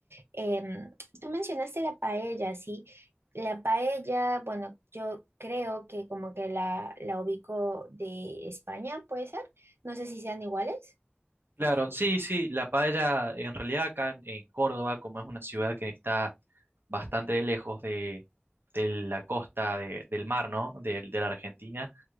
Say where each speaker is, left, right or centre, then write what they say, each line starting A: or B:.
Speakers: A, on the right (about 80°); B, on the right (about 60°).
A: Em, tú mencionaste la paella, ¿sí? La paella, bueno, yo creo que como que la, la ubico de España, ¿puede ser? No sé si sean iguales.
B: Claro, sí, sí, la paella en realidad acá en, en Córdoba, como es una ciudad que está bastante lejos de, de la costa de- del mar, ¿no? De, de la Argentina,